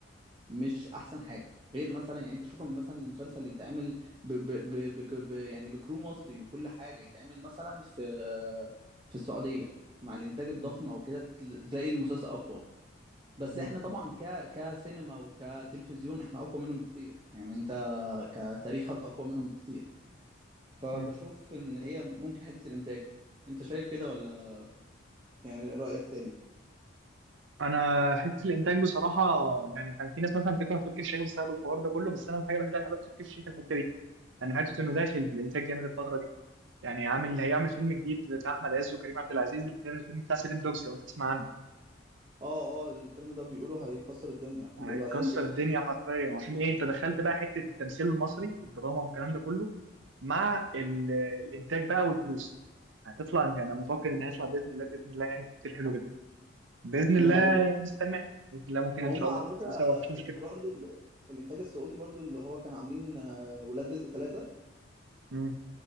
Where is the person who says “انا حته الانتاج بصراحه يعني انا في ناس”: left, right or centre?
Right